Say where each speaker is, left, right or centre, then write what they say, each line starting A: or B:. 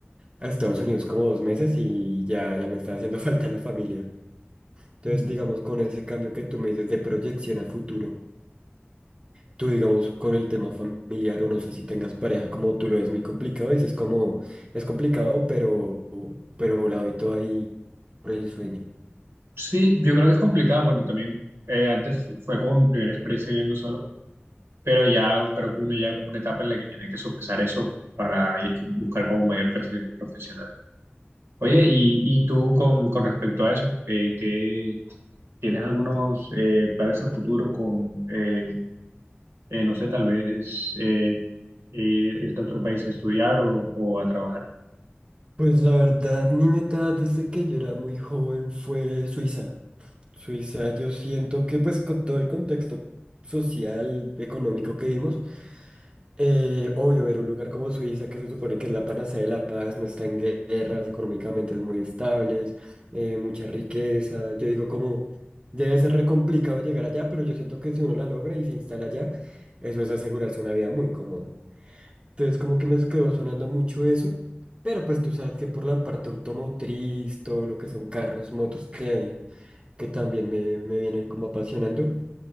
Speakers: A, on the right; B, on the right.
A: a Estados Unidos como dos meses y ya, ya me estaba haciendo <laughs> falta la familia. Entonces,
B: Mm.
A: digamos, con ese cambio que tú me dices de proyección a futuro, tú, digamos, con el tema familiar o no sé si tengas pareja, como tú lo ves muy complicado, dices como es complicado, pero, pero la doy todo ahí por el sueño.
B: Sí, yo creo que es complicado. Bueno, también eh, antes fu- fue como mi primera experiencia viviendo solo. Pero ya creo que uno llega como una etapa en la que tiene que sopesar eso para ir como- buscar como un mayor crecimiento profesional. Oye, y, y tú con, con respecto a eso, eh, ¿qué- tienes algunos eh, planes a futuro con, eh, eh, no sé, tal vez eh, eh, irte a otro país a estudiar o, o a trabajar?
A: Pues la verdad, mi meta desde que yo era muy joven fue Suiza. Suiza, yo siento que pues con todo el contexto social, económico que vimos, eh, obvio, ver un lugar como Suiza, que se supone que es la panacea de la paz, no está en guerras, económicamente es muy estable, mucha riqueza. Yo digo como, debe ser re complicado llegar allá, pero yo siento que si uno la logra y se instala allá, eso es asegurarse una vida muy cómoda. Entonces como que me quedó sonando mucho eso, pero pues tú sabes que por la parte automotriz, todo lo que son carros, motos que hay, que también me, me viene como apasionando,